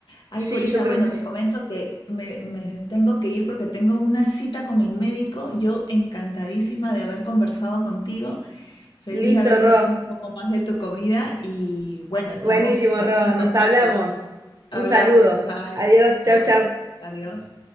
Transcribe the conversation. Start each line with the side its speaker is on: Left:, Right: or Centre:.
Left: Ay,
Right: Sí,
Left: Corina,
Right: yo creo
Left: bueno,
Right: que sí.
Left: te comento que me, me tengo que ir porque tengo una cita con el médico. Yo encantadísima de haber conversado contigo, feliz
Right: Listo,
Left: de haber conocido
Right: Ro.
Left: un poco más de tu comida y bueno, estamos,
Right: Buenísimo,
Left: estamos
Right: Ro.
Left: en
Right: Nos
Left: contacto.
Right: hablamos.
Left: Hablamos,
Right: Un saludo.
Left: bye,
Right: Adiós.
Left: chao,
Right: Chau, chau.
Left: adiós.